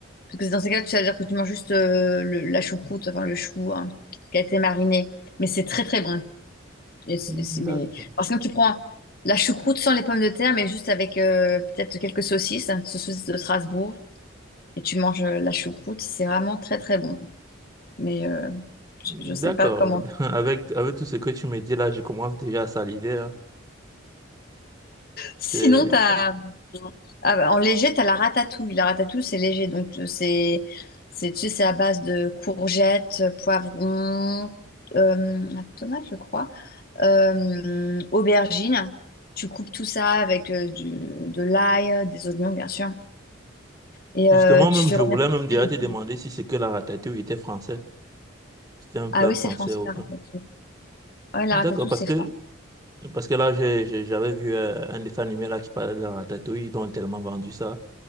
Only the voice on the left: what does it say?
parce que dans ces cas, tu vas dire que tu manges juste euh, le- la choucroute, enfin le chou hein, qui a été mariné, mais c'est très très bon. Et c'est-
c'est- mais... Parce que tu prends la choucroute sans les pommes de terre, mais juste avec euh, peut-être quelques saucisses, hein, saucisses de Strasbourg, et tu manges euh, la choucroute, c'est vraiment très très bon. Mais euh, je
je sais pas comment.
Sinon,
t'as...
ah, bah, en léger, tu as la ratatouille. La ratatouille, c'est léger, donc euh, c'est c'est tu sais, c'est à base de courgettes, euh, poivrons, euh, tomates, je crois, euh, aubergines. Tu coupes tout ça avec euh, du- de l'ail, des oignons, bien sûr. Et
euh, tu
fais
revenir
tous
les...
Ah oui,
c'est français,
la
ratatouille. Ouais, la
ratatouille,
c'est
français.